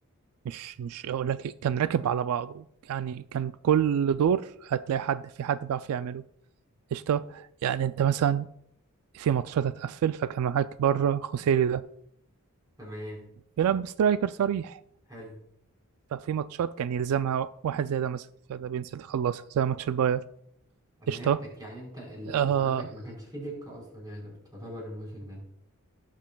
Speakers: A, on the right (about 75°); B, on the right (about 15°).
A: مش مش اقول لك إيه، كان راكب على بعضه يعني كان كل دور هتلاقي حد في حد بيعرف يعمله قشطة يعني أنت مثلا في ماتشات هتقفل فكان معاك بره خوسيلي ده
B: تمام
A: بيلعب سترايكر صريح
B: حلو
A: ففي ماتشات كان يلزمها واحد زي ده مثلا فده بينزل يخلصها زي ماتش الباير
B: فهمتك
A: قشطة
B: يعني أنت ال... أنت
A: آه
B: عندك ما كانش فيه دكة أصلا يعني تعتبر الموسم ده